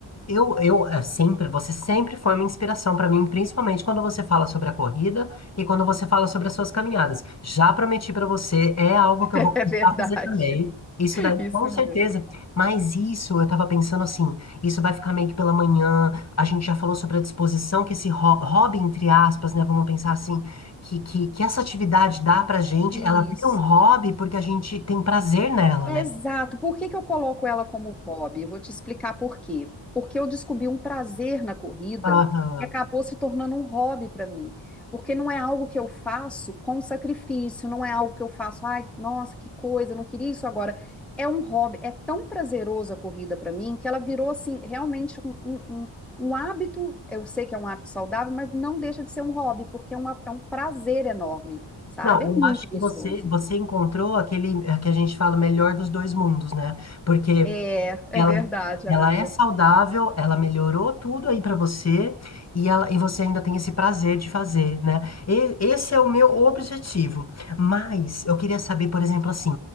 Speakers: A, on the left (about 35°); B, in the centre.
A: Eu, eu é, sempre, você sempre foi uma inspiração para mim, principalmente quando você fala sobre a corrida e quando você fala sobre as suas caminhadas. Já prometi para você, é algo
B: <laughs>
A: que eu vou começar
B: É verdade.
A: a fazer também. Isso daí,
B: Isso
A: com certeza.
B: mesmo.
A: Mas isso, eu tava pensando assim, isso vai ficar meio que pela manhã. A gente já falou sobre a disposição que esse ho- hobby, entre aspas, né? Vamos pensar assim, que, que, que essa atividade dá pra gente,
B: Isso.
A: ela vira um hobby porque a gente tem prazer nela,
B: Exato.
A: né?
B: Por que que eu coloco ela como hobby? Eu vou te explicar por quê. Porque eu descobri um prazer na corrida
A: Aham.
B: que acabou se tornando um hobby para mim. Porque não é algo que eu faço com sacrifício, não é algo que eu faço, ai, nossa, que coisa, eu não queria isso agora. É um hobby, é tão prazeroso a corrida para mim que ela virou assim, realmente um, um, um- um hábito. Eu sei que é um hábito saudável, mas não deixa de ser um hobby, porque é um, é um prazer enorme, sabe?
A: Não, eu
B: É muito
A: acho
B: gostoso.
A: que você, você encontrou aquele é, que a gente fala o melhor dos dois mundos, né? Porque
B: É, é
A: ela,
B: verdade, amiga.
A: ela é saudável, ela melhorou tudo aí pra você e, ela, e você ainda tem esse prazer de fazer, né? E- esse é o meu objetivo. Mas eu queria saber, por exemplo, assim,